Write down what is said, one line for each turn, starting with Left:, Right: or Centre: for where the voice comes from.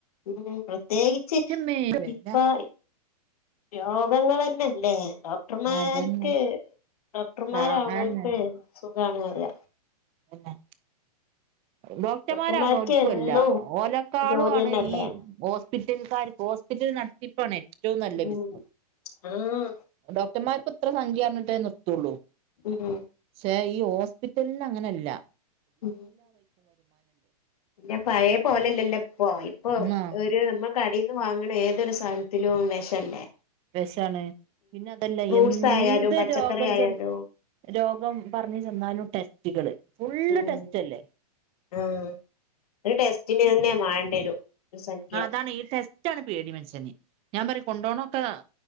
Left: ഉം പ്രത്യേകിച്ച്
Right: ന്റെമ്മേ വെല
Left: ഇപ്പാ രോഗങ്ങള്നെ അല്ലേ. ഡോക്ടർമാർക്ക്
Right: അതന്നെ
Left: ഡോക്ടർമാർആവണ്
Right: ആ അന്നെ
Left: ൾക്ക് സുഖാണ്. അറിയാ
Right: അതെന്നെ ഡോക്ടർമാരണോ
Left: ഡോക്ടർമാർക്ക്
Right: ഒൽക്കുമല്ല.
Left: എന്നും
Right: ഓലക്കാളും
Left: ജോലിയന്നല്ലേ
Right: ആണ് ഈ ഹോസ്പിറ്റൽക്കാർക്ക് ഹോസ്പിറ്റൽ നടത്തിപ്പാണ് ഏറ്റവും നല്ല
Left: ഉം
Right: ബിസിനസ്സ്.
Left: ആഹ്
Right: ഡോക്ടർമാർക്ക് ഇത്ര സംഖ്യ അറിഞ്ഞിട്ടേ നിർത്തുള്ളൂ.
Left: ഉം
Right: ക്ഷേ ഈ ഹോസ്പിറ്റലിൻ അങ്ങനെല്ല.
Left: ഉ പിന്നെ പഴയ പോലല്ലല്ലോ ഇപ്പ ഇപ്പൊ
Right: ആഹ്
Left: ഒരു നമ്മക് ക്കടിയിന്ന് വാങ്ങ്ണ ഏതൊരു സ്ഥധനത്തിലും വെശല്ലേ.
Right: വശമാണ്. പിന്നെ അതല്ല
Left: ഫ്രൂട്ട്സ്
Right: എന്ത്
Left: ആയാലും പച്ചക്കറി
Right: രോഗം
Left: ആയാലും
Right: ചന്ന്. രോഗം പറഞ്ഞു ചെന്നാലും ടെസ്റ്റുകള് ഫുള്ള്
Left: ഉം
Right: ടെസ്റ്റ്ല്ലേ?
Left: ആഹ് ഒരു ടെസ്റ്റിന് തന്നെ മാണ്ടരും. ഒരു സംഖ്യ
Right: ആ അതാണ് ഈ ടെസ്റ്റാണ് പേടി മനുഷ്യൻന്. ഞാൻ പറയും കൊണ്ടോണക്കെ?